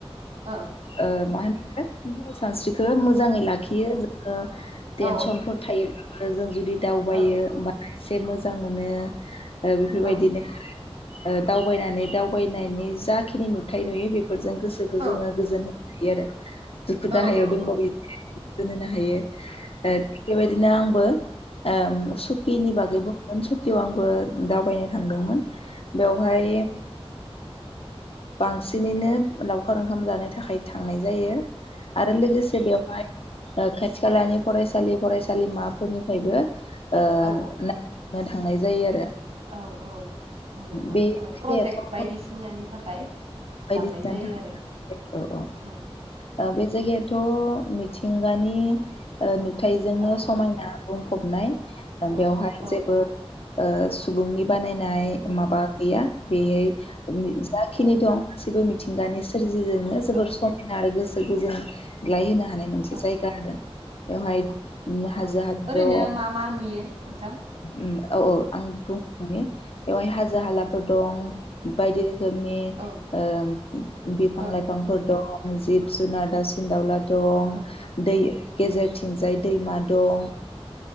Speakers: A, on the right; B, on the left.
A: औ
B: ओ <inaudible> सानस्रिखौ मोजाङै लाखियो ओ टेनसनफोर
A: औ औ
B: थायो जों जुदि दावबायो
A: औ
B: एसे मोजां मोनो बेफोरबायदिनो
A: औ उम
B: दावबायनानै दावबायनायनि जाखिनि नुथाय नुयो बे फोरजों गोसोखौ
A: औ
B: जोङो गोजोहोयो। बिदि आरो दुखु
A: औ
B: दाहायाव
A: औ
B: दंबो होनो हायो बेबायदिनो आंबो आ सुखि नि बागै सुकियाव आंबो दावबायनो थांदोंमोन। बेवहाय बांसिनैनो लावखार ओंखाम जानो थाखाय थांनाय जायो। आरो लोगोसे बेवहाय खाथि खालानि फरायसालि फरायसालिमाफोरनिफ्रायबो ओ
A: औ
B: थांनाय जायो आरो।
A: औ औ मा
B: बे
A: ओ प्रजेक्ट
B: जायगायाथ'
A: बायदिसिनानि थाखाय
B: बायदिसिना
A: लांनाय जायो
B: थाखाय
A: आरो।
B: औ
A: ओ
B: औ बे जायगायाथ' मिथिं गानि ओ नुथाइजोंनो
A: ओ
B: समायना
A: ओ
B: बुं फबनाय
A: औ
B: बेवहाय
A: औ
B: जेबो
A: औ
B: ओ सुबुंनि बानायनाय
A: उम
B: माबा गैया बेयै उम जाखिनि
A: औ
B: दं गासिबो मि थिंगानि सोर जोंनो जोबोर
A: औ
B: समायना आरो गो सोखौजों ग्लायहोनो हानाय मोनसे
A: औ
B: जायगा
A: औ
B: आरो बेवहाय उम हाजो
A: औ
B: हाजो
A: ओरैनो
B: दं
A: मा मा नुयो। नोंथां
B: उम औ औ आं बुंनो थांनि बेवहाय हा जो हाला फोर दं
A: औ
B: बायदि रोखोमनि
A: औ
B: ओ बिफां
A: औ
B: लाइफांफोर दं। जिब जुनाद दावसिन दाउला दं
A: औ
B: दै गेजेर थिंजाय दैमा दं